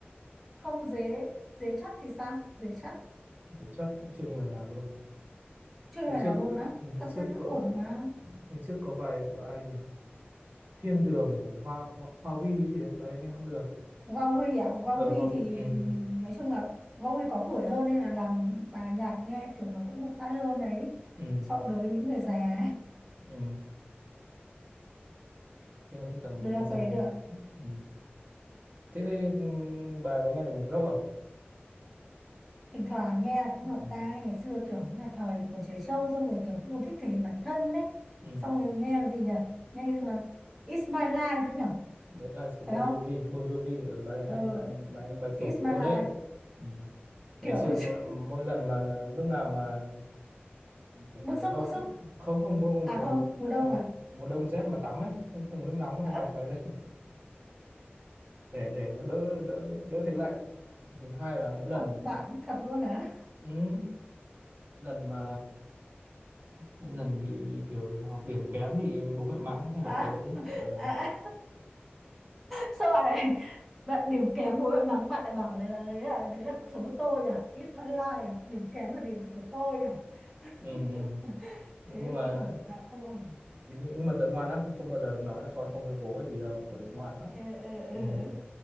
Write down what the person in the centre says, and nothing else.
không dế dế chắc thì sao dế chắc
chưa
bài
nào
luôn á
thật
ra
ổn mà
Huawei à Huawei
thì
ừm, nói chung là Huawei có tuổi hơn nên là làm bài nhạc nghe kiểu nó cũng được tai hơn đấy
so đối với những người già
được
đấy
được
thỉnh thoảng nghe cũng
lọt tai ngày xưa kiểu như là thời còn trẻ trâu xong rồi kiểu cũng còn thích thể hiện bản thân đấy
xong rồi nghe cái gì nhỉ nghe cái gì mà It's my life nhỉ
phải không
ừ,
It's
my
life
kiểu
<laughs>
bức
xúc
bức xúc
à
không mùa đông
à
<laughs>
thật bạn thật luôn à,
à.
à. sao bạn này bạn điểm kém bố bạn mắng bạn lại bảo này là đấy là đấy là cuộc sống của tôi à it's my life à điểm kém là điểm của tôi à
<laughs>
thế thì
không ổn bạn không ổn
ừ, ừ, ừ,
ừ.